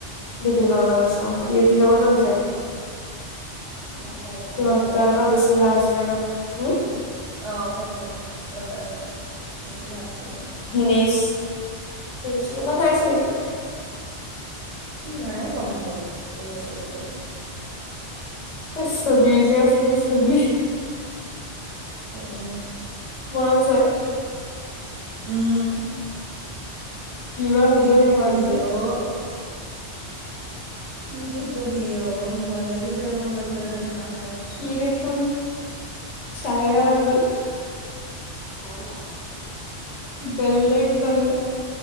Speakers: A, on the left; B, on the right.
A: বিবেকৰ ঘৰত আছে অঁ বিউটিৰ লগতো আছে চাগে।
B: নাজানো
A: চিবানচ
B: গম নাপাওঁ
A: তাৰলগত
B: মই তেনেকুৱা
A: বেছি ভাল আছিলে ন হুম।
B: অঁ সেইটোৱেই তোৰ তাল লগত বেছি ভাল আছিলে।
A: ধিনেশ ধিনেশৰ লগত নাই ছাগে।
B: নাই সম্ভৱ ধিনেচৰ লগত।
A: এই চবি যে আছিলে চবি।
B: অঁও।
A: মাজে।
B: উম।
A: কিবা হৈ
B: কি
A: গ'ল
B: ফটো
A: সেই মানুহটো
B: দিয়ে অও। কি ফোটো দিয়ে অ ভয় লাগি যায় মোৰ মাজে মাজে দেখা পায় পিনে
A: ই দেখোন চায়েৰা হৈ গ'ল।
B: অঁহ।
A: বেলেগ মানে